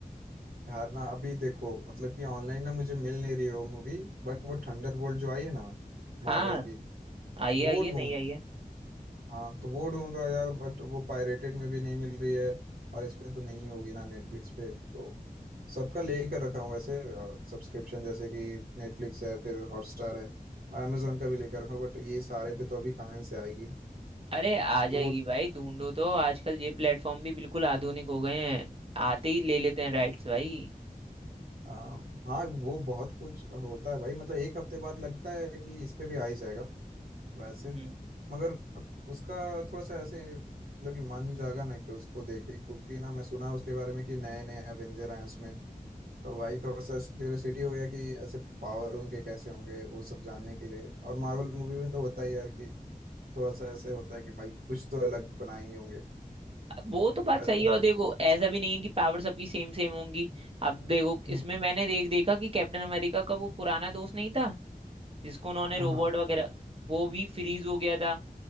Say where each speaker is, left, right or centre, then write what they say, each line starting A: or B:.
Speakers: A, on the right (about 80°); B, on the right (about 40°).
A: यार ना अभी देखो मतलब कि ऑनलाइन ना मुझे मिल नहीं रही हो मूवी बट वो थंडरबोल्ट जो आई है ना
B: हाँ
A: मार्वल की
B: आइए आइए
A: वो ढूंढ
B: नहीं आइए
A: हाँ तो वो ढूंढ रहा यार बट वो पायरेटेड में भी नहीं मिल रही है और इसमें तो नहीं होगी ना नेटफ्लिक्स पे तो सबका लेकर रखा हूँ ऐसे सब्सक्रिप्शन जैसे कि नेटफ्लिक्स है फिर हॉटस्टार है और Amazon का भी लेकर रखा हूँ बट ये सारे पे तो अभी कहाँ ही से आएगी
B: अरे आ जाएगी
A: तो वो
B: भाई ढूंढो तो आजकल ये प्लेटफॉर्म भी बिल्कुल आधुनिक हो गए हैं आते ही ले लेते हैं राइट्स भाई
A: आ, हाँ वो बहुत कुछ होता है भाई मतलब एक हफ्ते बाद लगता है कि इस पे भी आ ही जाएगा वैसे
B: हम्म
A: मगर उसका थोड़ा सा ऐसे मतलब कि मन जागा ना कि उसको देखे क्योंकि ना मैं सुना उसके बारे में कि नए नए एवेंजर आए हैं उसमें तो भाई थोड़ा सा क्यूरियोसिटी हो गया कि ऐसे पावर उनके कैसे होंगे वो सब जानने के लिए और मार्वल मूवी में तो होता ही यार कि थोड़ा सा ऐसे होता है कि भाई कुछ तो अलग बनाए ही होंगे
B: वो तो बात
A: वैसे
B: सही है
A: आप
B: और देखो ऐसा भी नहीं है कि पावर सबकी सेम सेम होंगी अब देखो
A: हम्म,
B: इसमें मैंने देख देखा कि कैप्टन अमेरिका का वो पुराना दोस्त नहीं था जिसको उन्होंने रोबोट
A: हाँ हाँ
B: वगैरह वो भी फ्रीज हो गया था